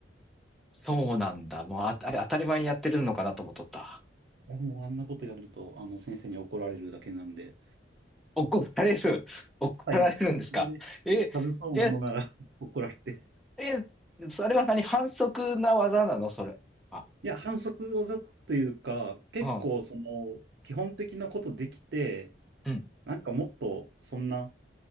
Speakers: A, in the centre; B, on the right.
A: そうなんだ。もうあ、あれ当たり前にやってるのかなと思っとった。
B: やもうあんなことやると、あの、先生に怒られるだけなんで。
A: 怒られる。怒られるんですか。
B: はい。あれで
A: え、
B: 外そうものなら
A: え、
B: <laughs> 怒られて。
A: え、それは何反則な技なのそれ。あ、
B: いや、反則技というか、結構その、
A: うん、
B: 基本的なことできて、
A: うん、
B: なんかもっと、そんな、